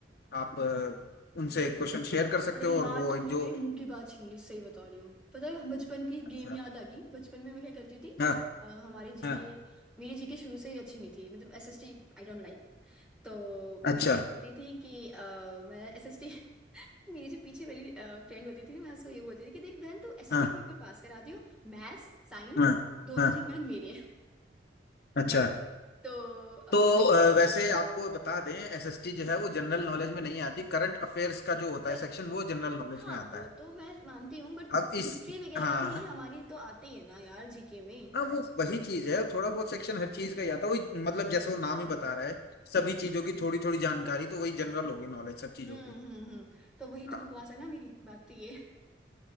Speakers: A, on the left; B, in the centre.
A: आप अ, उनसे क्वेश्चन शेयर कर सकते
B: अरे
A: हो
B: यार
A: और वो
B: तुमने
A: एक जो
B: मेरे मुंह की बात छीन ली सही बता रही हूँ पता है बचपन की
A: अच्छा
B: गेम याद आ गई बचपन में मैं क्या करती थी जैसे
A: हाँ
B: अ, हमारी जीके
A: हाँ
B: मेरी जीके शुरू से ही अच्छी नहीं थी मतलब एसएसटी आई डोंट लाइक तो
A: अच्छा
B: मैं क्या करती थी कि अ, मैं एसएसटी <laughs> मेरी जो पीछे वाली फ्रेंड होती थी मैं उसको ये बोलती थी कि देख बहन तू एसएसटी
A: हाँ
B: के पेपर पास करा दियो मैथ्स साइंस
A: हाँ
B: दोनों
A: हाँ
B: जी में मेरे हैं
A: अच्छा
B: तो अ,
A: तो अ, वैसे आपको बता दें एसएसटी जो है वो जनरल नॉलेज में नहीं आती करंट अफेयर्स का जो होता
B: क-
A: है सेक्शन वो जनरल नॉलेज
B: हाँ
A: में आता
B: वो
A: है
B: तो मैं मानती हूँ बट
A: अब इस
B: हिस्ट्री वगैरह
A: हाँ
B: भी हमारी तो आती है ना यार जीके में
A: हाँ वो वही चीज है थोड़ा बहुत सेक्शन हर चीज का ही आता है वही मतलब जैसे वो
B: हाँ
A: नाम ही बता रहा है सभी चीजों की थोड़ी थोड़ी जानकारी तो वही जनरल होगी नॉलेज सब चीजों
B: हम्म
A: की
B: हम्म हम्म तो वही तो
A: हाँ
B: बकवास है ना मेरी बात तो ये है।